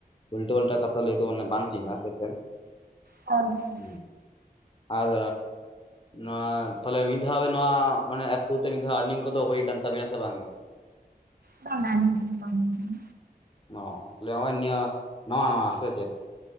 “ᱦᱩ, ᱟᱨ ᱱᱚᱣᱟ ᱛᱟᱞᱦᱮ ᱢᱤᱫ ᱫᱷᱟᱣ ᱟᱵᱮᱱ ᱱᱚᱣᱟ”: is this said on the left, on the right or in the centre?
Left